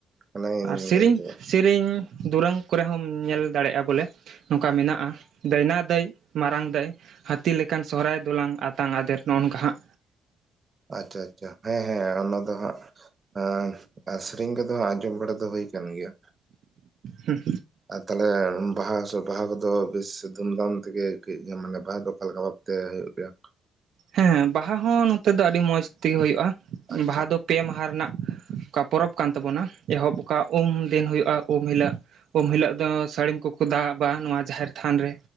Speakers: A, on the right; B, on the right.
A: ᱚᱱᱟ ᱜᱤᱧ
B: ᱟᱨ ᱥᱮᱨᱮᱧ
A: ᱞᱟᱹᱭ <unintelligible>
B: ᱥᱮᱨᱮᱧ ᱫᱩᱨᱟᱹᱝ ᱠᱚᱨᱮ ᱦᱚᱸᱢ ᱧᱮᱞ ᱫᱟᱲᱮᱭᱟᱜᱼᱟ ᱵᱚᱞᱮ ᱱᱚᱝᱠᱟ ᱢᱮᱱᱟᱜᱼᱟ ᱫᱟᱹᱭᱱᱟ ᱫᱟᱹᱭ ᱢᱟᱨᱟᱝ ᱫᱟᱹᱭ ᱦᱟᱹᱛᱤ ᱞᱮᱠᱟᱱ ᱥᱚᱦᱨᱟᱭ ᱫᱚᱞᱟᱝ ᱟᱛᱟᱝ ᱟᱫᱮᱨ ᱱᱚᱜᱼᱚ ᱱᱚᱝᱠᱟ ᱦᱟᱸᱜ
A: ᱟᱪᱪᱷᱟ ᱟᱪᱪᱷᱟ ᱦᱮᱸ ᱦᱮᱸ ᱚᱱᱟ ᱫᱚ ᱦᱟᱸᱜ ᱟᱸᱻ ᱟᱨ ᱥᱤᱨᱤᱧ ᱠᱚᱫᱚ ᱟᱸᱡᱚᱢ ᱵᱟᱲᱟ ᱫᱚ ᱦᱩᱭ ᱟᱠᱟᱱ ᱜᱮᱭᱟ
B: ᱦᱩᱸ
A: ᱟᱨ ᱛᱟᱦᱚᱞᱮ ᱵᱟᱦᱟ ᱥᱮ ᱵᱟᱦᱟ ᱠᱚᱫᱚ ᱵᱮᱥ ᱫᱷᱩᱢᱫᱷᱟᱢ ᱛᱮᱜᱮ ᱟᱹᱭᱠᱟᱹᱜ ᱜᱮ ᱢᱟᱱᱮ ᱵᱟᱦᱟ ᱫᱚ ᱚᱠᱟ ᱞᱮᱠᱟᱼᱼ ᱛᱮ ᱦᱩᱭᱩᱜ ᱜᱮᱭᱟ
B: ᱦᱮᱸ ᱵᱟᱦᱟ ᱦᱚᱸ ᱱᱚᱛᱮ ᱫᱚ ᱟᱹᱰᱤ ᱢᱚᱸᱡᱽ ᱛᱮᱜᱮ ᱦᱩᱭᱩᱜᱼᱟ
A: ᱟᱪᱪᱷᱟ
B: ᱵᱟᱦᱟ ᱫᱚ ᱯᱮ ᱢᱟᱦᱟ ᱨᱮᱱᱟᱜ <unintelligible> ᱯᱚᱨᱚᱵᱽ ᱠᱟᱱ ᱛᱟᱵᱚᱱᱟ ᱮᱦᱚᱵ ᱚᱠᱟ ᱩᱢ ᱫᱤᱱ ᱦᱩᱭᱩᱜᱼᱟ ᱩᱢ ᱦᱤᱞᱚᱜ ᱩᱢ ᱦᱤᱞᱚᱜ ᱫᱚ ᱥᱟᱹᱲᱤᱢ ᱠᱚᱠᱚ ᱫᱟᱵᱟ ᱱᱚᱣᱟ ᱡᱟᱦᱮᱨ ᱛᱷᱟᱱ ᱨᱮ